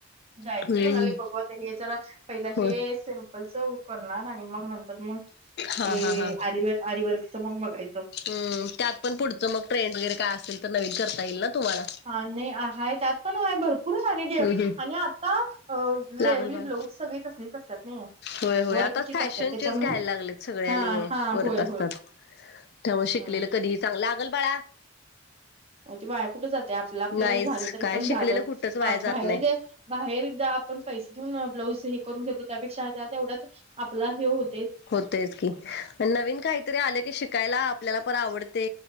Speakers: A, on the right (about 30°); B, on the left (about 55°).
A: जायचं
B: हम्म
A: म्हणालोय बघू आता हे जरा पहिला
B: हो
A: हे सिम्पलच करणार आणि मग नंतर मग ते
B: हा हा हा
A: आरीवर्क आरीवर्कचं मग बघायचं
B: हम्म त्यात पण पुढचं मग ट्रेंड वगैरे काय असेल तर नवीन करता येईल ना तुम्हाला.
A: हा नाही हाय त्यात पण हाय भर पूर <unintelligible>
B: हम् हम्.
A: आणि आता रेअरली
B: लागल बाळ
A: ब्लाउज सगळी तसलीच असतात नाही.
B: होय होय
A: वर्कचीच
B: आता फॅशनचेच
A: असतात त्याच्यामुळे
B: घ्यायला लागलेत सगळे
A: हां.
B: आणि
A: हां.
B: वर्क
A: होय,
B: असतात.
A: होय.
B: त्यामुळे शिकलेलं
A: हं.
B: कधीही चांगलं लागंल बाळा
A: अहो ते वाया कुठे जाते आपल्या आपल्याला
B: नाहीच
A: झालं तरी
B: काय
A: पण
B: शिकलेलं
A: झालं
B: कुठंच वाया जात
A: बाहेर
B: नाही.
A: दे बाहेर जा आपण पैसे देऊन ब्लाऊज हे करून घेतो त्यापेक्षा त्या तेवढ्याच आपला हे होत
B: होतेयचं की नवीन काहीतरी आले की शिकायला आपल्याला पण आवड ते